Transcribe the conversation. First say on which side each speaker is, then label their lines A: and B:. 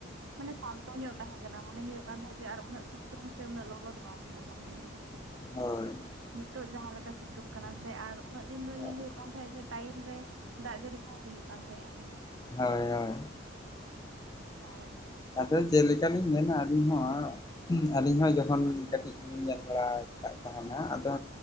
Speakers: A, on the right; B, on the left.
A: ᱢᱟᱱᱮ ᱥᱟᱱᱛᱚ ᱧᱚᱜ ᱛᱟᱦᱮᱸ ᱠᱟᱱᱟ ᱢᱚᱱᱮ ᱦᱩᱭᱩᱜ ᱟᱨ ᱡᱮ ᱩᱱᱟᱹᱜ ᱥᱤᱛᱩᱝ ᱥᱮ ᱩᱱᱟᱹᱜ ᱞᱚᱞᱚᱫ ᱵᱟᱝ ᱵᱩᱡᱩᱜ ᱠᱟᱱ ᱛᱟᱦᱮᱸᱟᱸᱜᱼᱟ
B: ᱦᱳᱭ
A: ᱱᱤᱛᱳᱜ ᱡᱟᱦᱟᱸ ᱞᱮᱠᱟ ᱥᱤᱛᱩᱝ ᱠᱟᱱᱟ ᱥᱮ ᱟᱨ ᱩᱱᱟᱹᱜ ᱫᱤᱱ ᱫᱚ ᱧᱮᱞ
B: ᱦᱳᱭ
A: ᱦᱩᱭᱩᱜ ᱠᱟᱱ ᱛᱟᱦᱮᱸᱫ ᱡᱮ ᱴᱟᱭᱤᱢ ᱨᱮ ᱫᱟᱜ ᱡᱟᱹᱲᱤ ᱠᱚᱦᱚᱸ ᱦᱩᱭᱩᱜ ᱠᱟᱱ ᱛᱟᱦᱮᱸᱜᱼᱟ
B: ᱦᱳᱭ ᱦᱳᱭ
A: ᱦᱳᱭ
B: ᱟᱫᱚ ᱪᱮᱫ ᱞᱮᱠᱟᱞᱤᱧ ᱢᱮᱱᱟ ᱟᱹᱞᱤᱧ ᱦᱚᱸ ᱟᱹᱞᱤᱧ ᱦᱚᱸ ᱡᱚᱠᱷᱚᱱ ᱠᱟᱹᱴᱤᱡ ᱞᱤᱧ ᱧᱮᱞ ᱵᱟᱲᱟ ᱟᱠᱟᱫ ᱛᱟᱦᱮᱱᱟ ᱟᱫᱚ